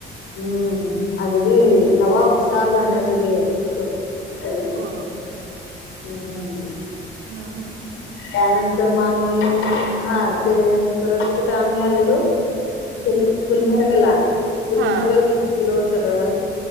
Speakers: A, on the left; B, on the right.
A: हम्म. अगदी नवा उत्साह भरण्या जोगी हाईत लोक सगळी.
B: अ
A: हम्.
B: हम् ह.
A: त्यानंतर म आम्ही हा ते परत कुठे आम्ही आलेलो? गुल गुलमर्गला गुलमर्गला
B: हा
A: खोललो सगळं